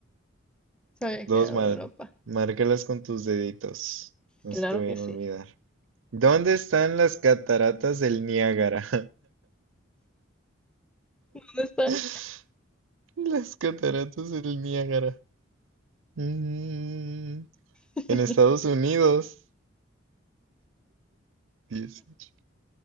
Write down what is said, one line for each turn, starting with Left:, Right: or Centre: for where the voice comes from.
Centre: Sabía
Right: Dos
Centre: que era
Right: mal.
Centre: de Europa.
Right: Márcalas con tus deditos. No
Centre: Claro
Right: se te vayan
Centre: que sí.
Right: a olvidar. ¿Dónde están las cataratas del Niágara?
Centre: ¿Dónde están?
Right: <laughs> Las cataratas del Niágara. Mm,
Centre: <laughs>
Right: en Estados Unidos. Dieciocho.